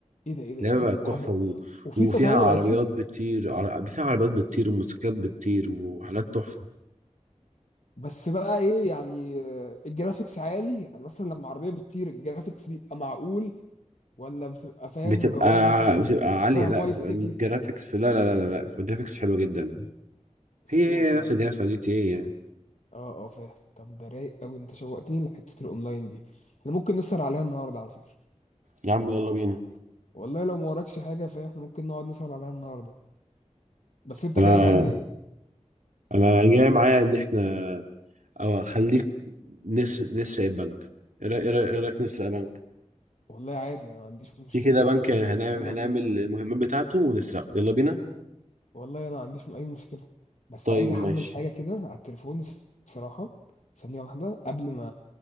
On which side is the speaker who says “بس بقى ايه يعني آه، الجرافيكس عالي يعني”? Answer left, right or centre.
Left